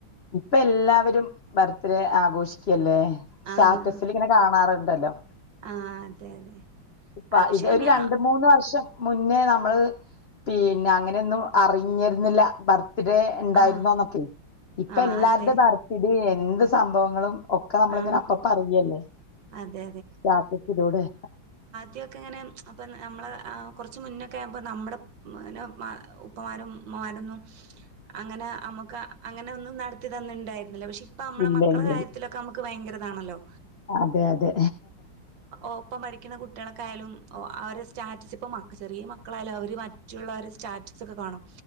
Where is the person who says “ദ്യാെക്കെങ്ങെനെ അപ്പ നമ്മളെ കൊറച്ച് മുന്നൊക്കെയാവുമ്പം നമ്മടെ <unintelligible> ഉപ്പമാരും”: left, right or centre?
Right